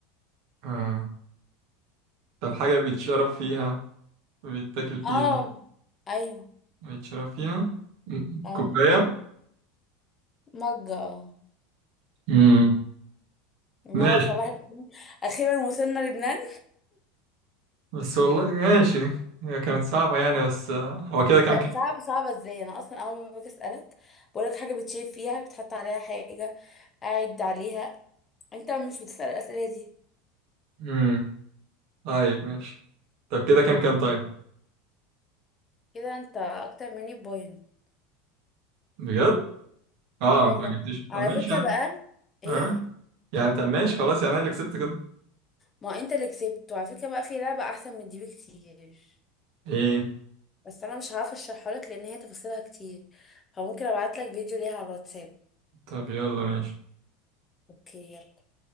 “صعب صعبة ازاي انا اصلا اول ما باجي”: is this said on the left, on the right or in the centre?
Left